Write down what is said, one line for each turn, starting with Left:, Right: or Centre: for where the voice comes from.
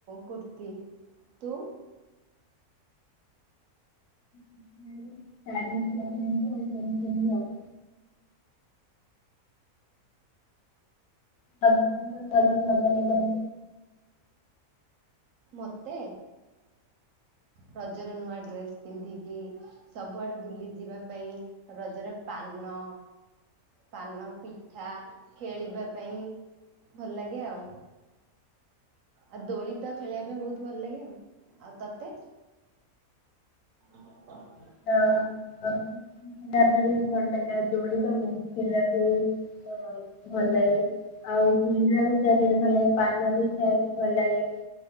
Right: କୁର୍ତ୍ତି, ତୁ?
Left: କିଛି ନାଇଁମ, ଶାଢ଼ୀ ଦି ଟା କିଣିଛି, ଆଉ ଡ୍ରେସ୍ କିଣିନି ଆଉ ରଜ ଖର୍ଚ୍ଚ, ଚାରି ହଜାର ଟଙ୍କା କଲି।
Right: ମୋତେ ରଜ ର ନୂଆ ଡ୍ରେସ ପିନ୍ଧିକି ସବୁଆଡେ ବୁଲି ଯିବା ପାଇଁ, ରଜରେ ପାନ ପାନ ପିଠା, ଖେଳିବା ପାଇଁ ଭଲ ଲାଗେ ଆଉ। ଆଉ ଦୋଳି ତ ଖେଳିବା ପାଇଁ ବହୁତ ଭଲ ଲାଗେ ଆଉ, ଆଉ ତତେ? <unintelligible>
Left: <unintelligible> ଖାଇବା ପାଇଁ ବି ଥଣ୍ଡା ହେ, ଆଉ ଦୋଳି ତ ବହୁତ ଖେଳିବାକୁ, ହଁ ଭଲ ଲାଗେ, ଆଉ ବୁଲିବାକୁ ଚାରିଆଡେ ଭଲ ଲାଗେ, ପାନ ବି ଖାଇବାକୁ ଭଲ ଲାଗେ।